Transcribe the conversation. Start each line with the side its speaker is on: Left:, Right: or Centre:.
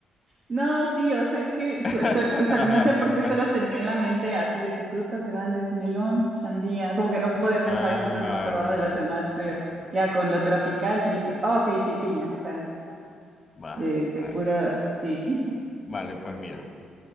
Right: No, sí, o sea, es que, so-
Left: <laughs>
Right: so- o sea, no sé por qué solo tenía en la mente así de que frutas grandes, melón, sandía, como que no podía
Left: Ah,
Right: pensar en otra, no
Left: vale,
Right: me acordaba de
Left: vale,
Right: las demás, pero
Left: vale.
Right: ya con lo tropical dije, "Ah, ok, sí, piña, o sea,
Left: Vale,
Right: de, de
Left: vale.
Right: puro, sí. <laughs>
Left: Vale, pues mira,